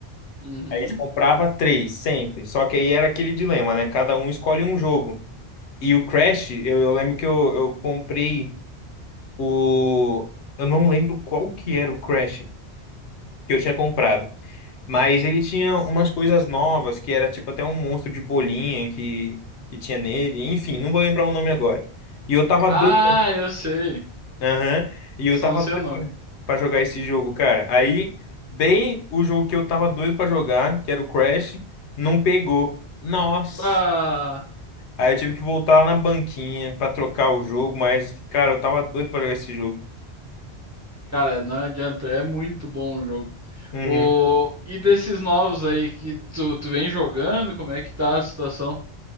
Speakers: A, on the right; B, on the left.
A: Uhum.
B: Aí a gente comprava três sempre. Só que aí era aquele dilema, né? Cada um escolhe um jogo. E o Crash, eu, eu lembro que eu, eu comprei o. Eu não lembro qual que era o Crash que eu tinha comprado. Mas ele tinha umas coisas novas, que era tipo até um monstro de bolinha que, que tinha nele. Enfim, não vou lembrar o nome agora. E eu tava
A: Ah,
B: doido
A: eu sei.
B: Aham. E
A: Eu
B: eu
A: só
B: tava
A: não sei
B: doido
A: o nome.
B: pra pra jogar esse jogo, cara. Aí, bem o jogo que eu tava doido pra jogar, que era o Crash, não pegou. Nossa.
A: Ah.
B: Aí eu tive que voltar lá na banquinha pra trocar o jogo, mas, cara, eu tava doido pra jogar esse jogo.
A: Cara, não adianta, é muito bom o jogo.
B: Uhum.
A: O... E desses novos aí que tu, tu vem jogando, como é que tá a situação?